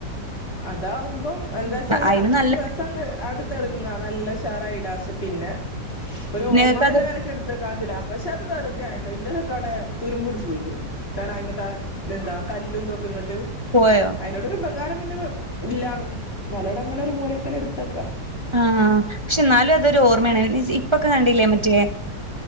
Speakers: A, on the left; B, on the right.
A: അതാവുമ്പം എന്താച്ചാല്
B: അയിന്
A: അന്നത്തെ
B: നല്ല
A: ദിവസം അടുത്തെളുങ്ങ നല്ല ഉഷാറായിടാ പക്ഷെ പിന്നെ ഒരു
B: നിങ്ങക്കത്
A: ഓർമ്മന്നല്ല നെലക്ക് എട്ത്ത കാഞ്ചുല പക്ഷെ അത് വെറുതെണ് ട്ടോ ഇന്റതൊക്കെ അഒടെ തുരുമ്പ് ട്ച്ച് പോയിക്ക്ണ്. ക്കാന അയിമത്താ എന്താ കല്ലും തൊക്കെ ഇങ്ങട്ട്
B: പോയോ?
A: ട് ഒരു പകാരം പിന്നെ ഇല്ലാണും ന്നാലും അടെ അങ്ങനെ ഒരു മൂലക്കൽ എടുതെക്കാ.
B: ആഹ് ക്ഷെ ന്നാലും അതൊരു ഓർമേണ്. ഇപ്പക്കെ കണ്ടില്ലേ മറ്റേ